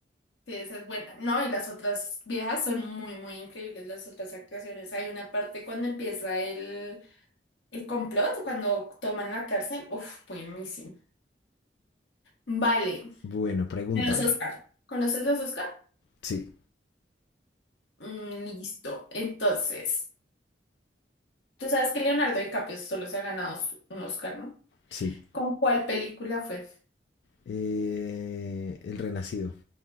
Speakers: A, on the left; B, on the left.
A: sí, esa es buena. No, y las otras viejas son muy, muy increíbles, las otras actuaciones. Hay una parte cuando empieza el, el complot, cuando toman la cárcel, uf, buenísimo. Vale,
B: Bueno, pregúntame.
A: en los Oscar. ¿Conoces los Oscar?
B: Sí,
A: Mm, listo. Entonces, tú sabes que Leonardo DiCaprio solo se ha ganado su- un Oscar, ¿no?
B: sí.
A: ¿Con cuál película fue?
B: Eh, el renacido,